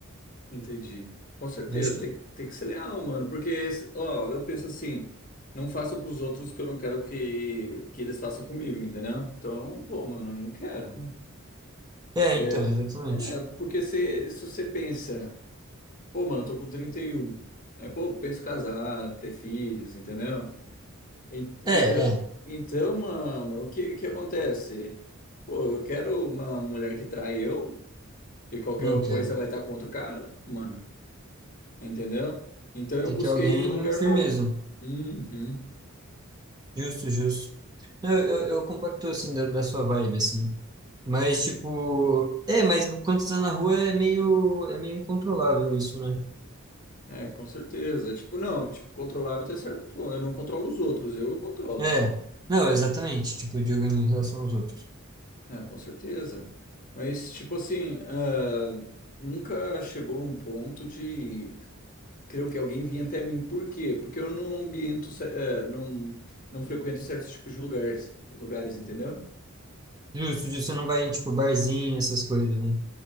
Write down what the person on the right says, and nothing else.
Eu acho que,
é,
então, exatamente.
É, É,
Não quer.
Tem
que alguém
firmeza.
Justo, justo. Não, Eu, eu, eu compacto, assim, da, da sua vibe, assim. Mas, tipo... É, mas quando você tá na rua é meio... É meio incontrolável isso, né?
É. Não, exatamente. Tipo, de alguém em relação aos outros.
Justo, justo. Você não vai em, tipo, barzinho, essas coisas, né?